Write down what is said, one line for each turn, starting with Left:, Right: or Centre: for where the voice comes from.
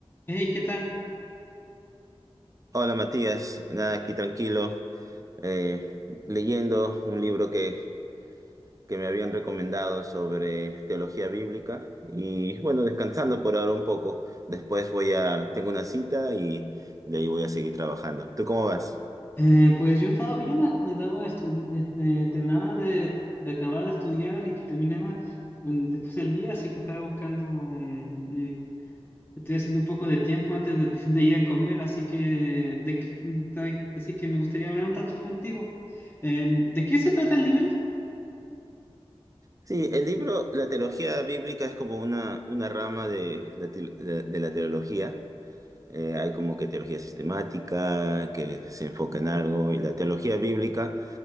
Left: Hey, ¿qué tal?
Right: Hola Matías, nada, aquí tranquilo, eh, leyendo un libro que, que me habían recomendado sobre teología bíblica y bueno, descansando por ahora un poco. Después voy a, tengo una cita y de ahí voy a seguir trabajando. ¿Tú cómo vas?
Left: Eh, pues yo he estado bien, ah, andaba estudi este, terminaba de, de acabar de estudiar y terminaba mm, después del día, así que estaba buscando, mm, eh, estoy haciendo un poco de tiempo antes de, <laughs> de ir a comer, así que, de, qué- mm, ta- así que me gustaría hablar un rato contigo. Em, ¿de qué se trata el libro?
Right: Sí, el libro, la teología bíblica es como una, una rama de la, te- de, de la teología. Eh, hay como que teología sistemática, que se enfoca en algo, y la teología bíblica.